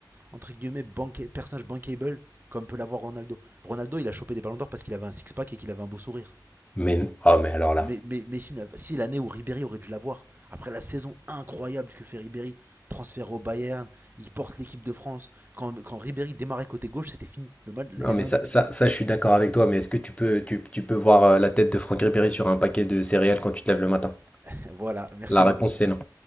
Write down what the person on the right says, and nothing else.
entre guillemets, banca- personnage bankable comme peut l'avoir Ronaldo. Ronaldo, il a chopé des ballons d'or parce qu'il avait un six-pack et qu'il avait un beau sourire.
Mais, mais Messi, n'a- si l'année où Ribéry aurait dû l'avoir, après la saison incroyable que fait Ribéry, transfert au Bayern, il porte l'équipe de France. Quand, quand Ribéry démarrait côté gauche, c'était fini. Le match,
il y
avait un
but.
<laughs> voilà, merci
beaucoup.